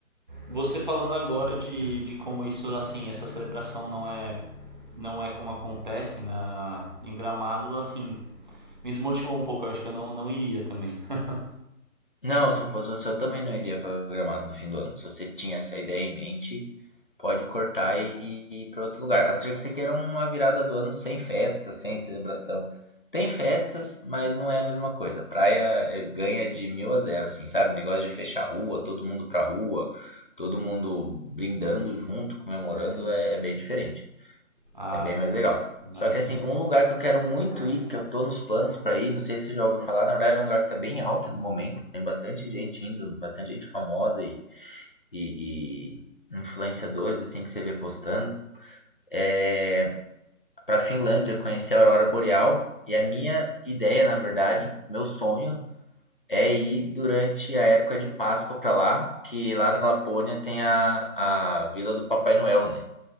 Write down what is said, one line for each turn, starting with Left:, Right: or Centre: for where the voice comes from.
Right: você falando agora de, de como isso, assim, essa celebração não é não é como acontece na, em Gramado, assim, me desmotivou um pouco. Eu acho que eu não, não iria também. <laughs>
Left: Não, se eu fosse você, eu também não iria programar no fim do ano. Se você tinha essa ideia em mente, pode cortar e, e ir para outro lugar. A não ser que você queira uma virada do ano sem festa, sem celebração. Tem festas, mas não é a mesma coisa. Praia é, ganha de mil a zero, assim, sabe? Negócio de fechar a rua, todo mundo pra rua, todo mundo brindando junto, comemorando, é, é bem diferente.
Right: Ah,
Left: É bem mais legal.
Right: imagina.
Left: Só que assim, um lugar que eu quero muito ir, que eu tô nos planos pra ir, não sei se você já ouviu falar, na verdade é um lugar que tá bem alto no momento, tem bastante gente indo, bastante gente famosa e, e, e influenciadores assim que você vê postando. É pra Finlândia conhecer a aurora boreal e a minha ideia, na verdade, meu sonho é ir durante a época de Páscoa pra lá, que lá na Lapônia tem a, a Vila do Papai Noel, né?